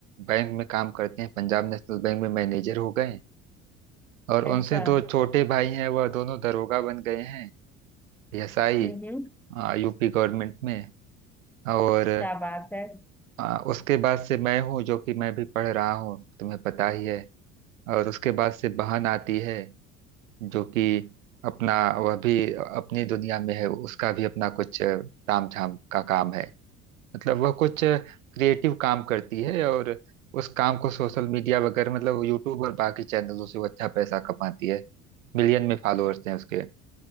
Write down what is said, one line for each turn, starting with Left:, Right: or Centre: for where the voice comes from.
Right: बैंक में काम करते हैं पंजाब नेशनल बैंक में मैनेजर हो गए और उनसे
Centre: अच्छा
Right: दो छोटे भाई हैं वह दोनों दरोगा बन गए हैं एएसआई
Centre: हम्म हम्म
Right: यूपी government में और
Centre: क्या बात है
Right: आ, उसके बाद से मैं हूँ जो कि मैं भी पढ़ रहा हूँ तुम्हें पता ही है और उसके बाद से बहन आती है जो कि अपना वह भी अपनी दुनिया में है उसका भी अपना कुछ अ, तामझाम का काम है मतलब वह कुछ क्रिएटिव काम करती है और उस काम को सोशल मीडिया वगैरह मतलब यूट्यूब और बाकी चैनलों से वो अच्छा पैसा कमाती है मिलियन में फॉलोअर्स हैं उसके